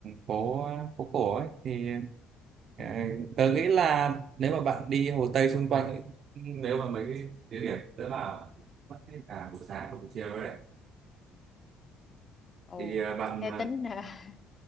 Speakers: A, on the right; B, on the left.
A: phố phố cổ ấy thì
B: Ừ.
A: ờ, tớ nghĩ là nếu mà bạn đi Hồ Tây xung quanh ấy, ừ, nếu mà mấy cái địa điểm tớ bảo mất hết cả buổi sáng và buổi chiều rồi đấy
B: Ồ,
A: thì ờ, bạn
B: theo tính <laughs>